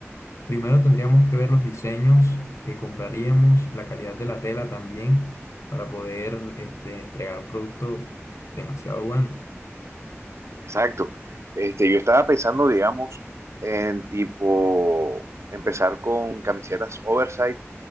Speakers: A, on the left; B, on the right.
A: Primero tendríamos que ver los diseños que compraríamos, la calidad de la tela también, para poder este, entregar un producto demasiado bueno.
B: Exacto. Este, yo estaba pensando, digamos, en tipo empezar con camisetas oversize